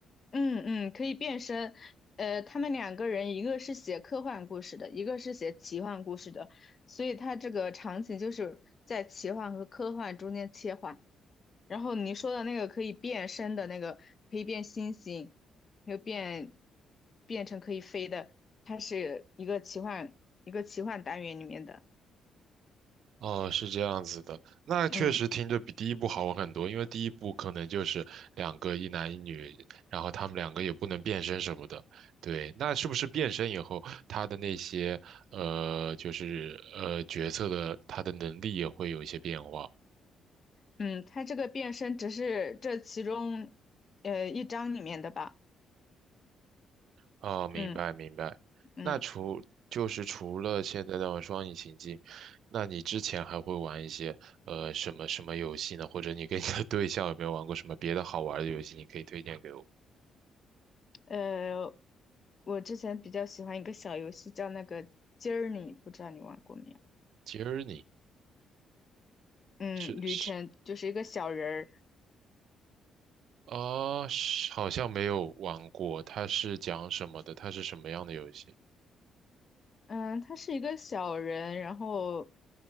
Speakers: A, on the left; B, on the right.
A: 嗯嗯，可以变身。呃，他们两个人，一个是写科幻故事的，一个是写奇幻故事的，所以他这个场景就是在奇幻和科幻中间切换。然后你说的那个可以变身的那个，可以变星星，又变变成可以飞的，它是一个奇幻一个奇幻单元里面的。
B: 哦，是这样子的，那确实听着比第一部好玩很多，
A: 嗯
B: 因为第一部可能就是两个一男一女，然后他们两个也不能变身什么的。对，那是不是变身以后，他的那些呃，就是呃角色的他的能力也会有一些变化？
A: 嗯，它这个变身只是这其中呃一章里面的吧。
B: 哦，明白明白。
A: 嗯嗯
B: 那除就是除了现在的双引擎机，那你之前还会玩一些呃什么什么游戏呢？或者你跟你的对象有没有玩过什么别的好玩的游戏？你可以推荐给我。
A: 呃，我之前比较喜欢一个小游戏叫那个 j 儿》，你不知道你玩过没有？
B: j o u
A: 嗯，
B: 是是
A: 旅程就是一个小人儿。
B: 啊，是好像没有玩过，它是讲什么的？它是什么样的游戏？
A: 嗯，他是一个小人，然后